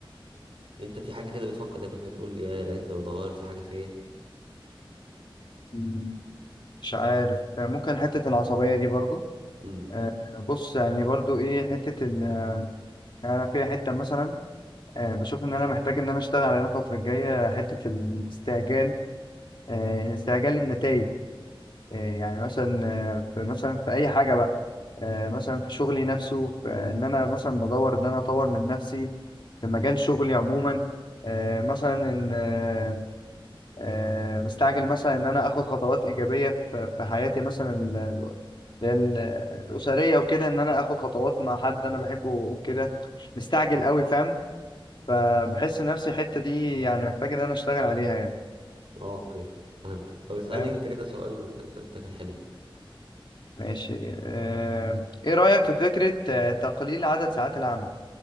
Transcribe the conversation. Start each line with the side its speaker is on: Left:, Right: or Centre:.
Right: انت في حاجة كده بتفكر دايما فيها تقول يا لقيتنا لو اتغيرت دي حاجة فيا
Left: م- مش عارف ممكن حتة العصبية دي برضو
Right: امم
Left: آه، بص يعني برضو ايه حتة ال يعني أنا في حتة مثلا آه، بشوف ان انا محتاج ان انا اشتغل عليها الفترة الجاية حتة الاستعجال آه، استعجال النتائج يعني مثلا آه، في مثلا في اي حاجة بقى آه، مثلا في شغلي نفسه في ان انا مثلا بدور ان انا اطور من نفسي في مجال شغلي عموما آه، مثلا ان آه، مستعجل مثلا ان انا اخد خطوات ايجابيه في في حياتي مثلا ال- ال- ال- الاسريه وكده ان انا اخد خطوات مع حد انا بحبه وكده مستعجل قوي فاهم فبحس نفسي الحته دي يعني محتاج ان انا اشتغل عليها يعني
Right: اه اوكي فهمتك طب اسألني
Left: فاهم
Right: انت كده سؤال من أسئلتك الحلوة
Left: ماشي آه، ايه رايك في فكره آه، تقليل عدد ساعات العمل